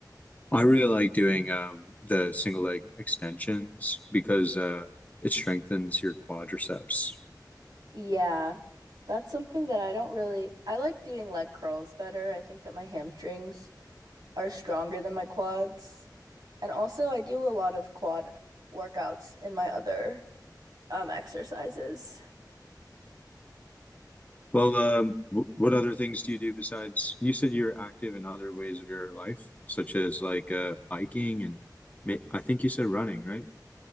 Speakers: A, on the left; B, on the right.
A: I really like doing um the single leg extensions because uh it strengthens your quadriceps
B: Yeah, that's something that I don't really, I like doing leg curls better. I think that my hamstrings are stronger than my quads. And also, I do a lot of quad workouts in my other um, exercises.
A: Well, um, w- what other things do you do besides you said you're active in other ways of your life, such as like uh hiking and ma- I think you said running, right?